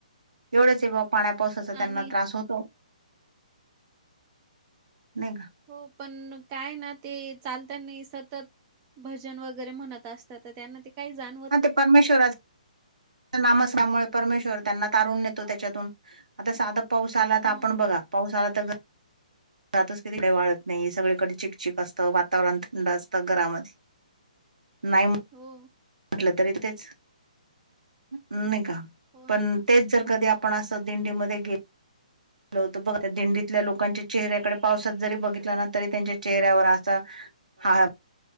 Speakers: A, on the right; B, on the right.
A: एवढंच ये बुवा पाण्या पावसाचा त्यांना
B: आणि
A: त्रास होतो. नही का?
B: हो पण काय ना ते चालताना ही सतत, भजन वगैरे म्हणत असतात. तर त्यांना ते काही जान
A: हा ते परमेश्वराच त्या नामस्मरणामुळे परमेश्वर त्यांना तारून नेतो त्याच्यातून, आता साधा पाऊस आला तर आपण
B: हम्म
A: बघा पाऊस आला तर घ रातच कधी काई वाळत नही सगळीकडे चिकचिक असतं, वातावरण थंड असतं, घरामध्ये. नाही म
B: हो.
A: म्हटलं तरी तेच, नही का?
B: हो
A: पण
B: ना
A: तेच जर कधी आपण असं दिंडीमध्ये गे लो तर, बघ त्या दिंडीतल्या लोकांच्या चेहऱ्याकडे पावसात जरी बघितला ना, तरी त्यांच्या चेहऱ्यावर असा हा अ